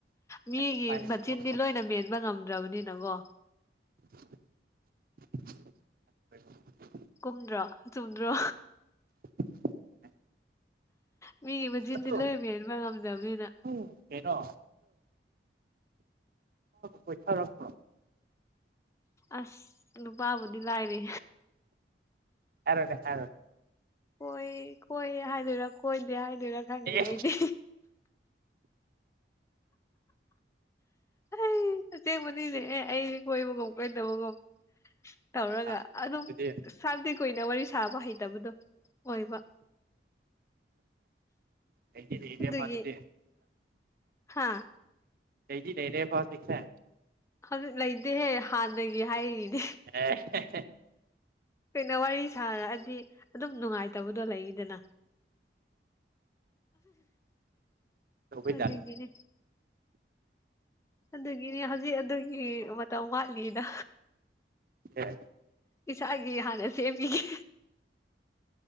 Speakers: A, on the left; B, on the right.
A: ꯃꯤꯒꯤ
B: ꯎꯄꯥꯏ ꯂꯩꯇꯕ
A: ꯃꯆꯤꯟꯗꯤ ꯂꯣꯏꯅ ꯃꯦꯟꯕ ꯉꯝꯗ ꯔꯧꯅꯤ ꯅꯒꯣ
B: <inaudible>
A: ꯀꯨꯝꯗ꯭ꯔꯣ ꯆꯨꯝꯗ꯭ꯔꯣ
B: <inaudible>
A: ꯃꯤꯒꯤ ꯃꯆꯤꯟꯗꯤ
B: ꯑꯗꯨ
A: ꯂꯣꯏꯔꯝ ꯍꯟꯕ ꯉꯝꯗꯕꯅꯤꯅ
B: ꯎꯝ ꯀꯩꯅꯣ ꯀꯣꯏꯊꯔꯛꯄꯣ
A: ꯑꯁ ꯅꯨꯄꯥꯕꯨꯗꯤ ꯂꯥꯏꯔ
B: ꯍꯥꯏꯔꯣꯅꯦ ꯍꯥꯏꯔꯣꯅꯦ
A: ꯀꯣꯏ ꯀꯣꯏ ꯍꯥꯏꯗꯣꯏꯔꯥ ꯀꯣꯏꯗꯦ ꯍꯥꯏ ꯔ ꯊꯪꯗꯗꯤ
B: ꯑꯦ
A: ꯑꯩ ꯑꯁꯦꯡꯕꯅꯤꯅꯦꯦ ꯑꯦ ꯑꯩ ꯀꯣꯏꯕꯒꯨꯝ ꯀꯣꯏꯗꯕꯒꯨꯝ ꯇꯧꯔꯒ
B: ꯑꯥ
A: ꯑꯗꯨꯝ
B: ꯑꯗꯨꯗꯤ
A: ꯁꯥꯟꯇꯤ ꯀꯨꯏꯅ ꯋꯥꯔꯤ ꯁꯥꯕ ꯍꯩꯇꯕꯗꯣ ꯑꯣꯏꯕ
B: ꯂꯩꯗꯤ ꯂꯩꯔꯦꯕ
A: ꯎꯗꯨꯒꯤ
B: ꯑꯗꯨꯗꯤ
A: ꯍꯥꯥ
B: ꯂꯩꯩꯇ ꯂꯩꯩꯔꯦ ꯐꯥꯎ ꯁꯤꯛꯁꯦ
A: ꯍꯧꯖꯤꯛ ꯂꯩꯇꯦꯍꯦ ꯍꯥꯟꯅꯗꯒꯤ ꯍꯥꯏꯔꯤꯅꯦ
B: ꯑꯦ
A: ꯀꯩꯅꯣ ꯋꯥꯔꯤ ꯁꯥꯔꯛꯑꯗꯤ ꯑꯗꯨꯝ ꯅꯨꯡꯉꯥꯏꯇꯕꯗꯣ ꯂꯩꯗꯅ
B: ꯇꯧꯕꯩꯖꯥꯠꯂꯣ
A: ꯑꯗꯨꯗꯒꯤꯅꯦ ꯑꯗꯨꯒꯤꯅꯦ ꯍꯧꯖꯤꯛ ꯑꯗꯨꯒꯤ ꯃꯇꯝ ꯋꯥꯠꯂꯤꯗ
B: ꯑꯦ
A: ꯏꯁꯥꯒꯤ ꯍꯥꯟꯅ ꯁꯦꯝꯕꯤꯒꯦ